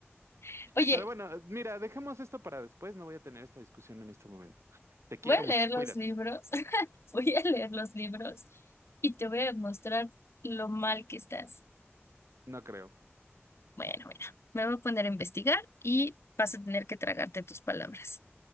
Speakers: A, on the left; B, on the right.
A: <laughs> Oye,
B: Pero bueno, mira, dejemos esto para después. No voy a tener esta discusión en este momento. Te quiero
A: Voy a leer
B: mucho,
A: los
B: cuídate.
A: libros, <laughs> voy a leer los libros y te voy a mostrar lo mal que estás.
B: No creo.
A: Bueno, mira, me voy a poner a investigar y vas a tener que tragarte tus palabras.